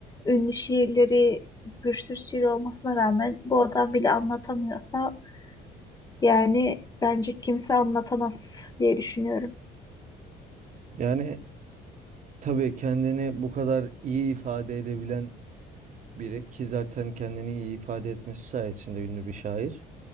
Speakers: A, on the left; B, on the right.
A: ünlü şiirleri, bir sürü şiir olmasına rağmen bu adam bile anlatamıyorsa yani bence kimse anlatamaz diye düşünüyorum.
B: Yani tabii kendini bu kadar iyi ifade edebilen biri ki zaten kendini iyi ifade etmesi sayesinde ünlü bir şair.